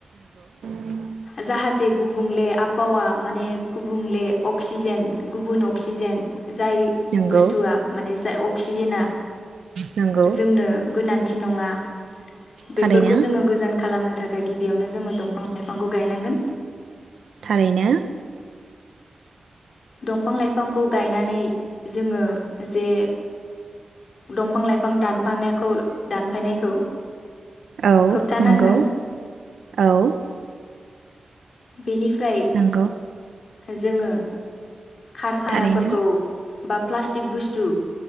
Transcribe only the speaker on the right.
<inaudible>
नंगौ
नंगौ
थारैनो
थारैनो।
औ
नोंगौ औ।
नंगौ
थारैनो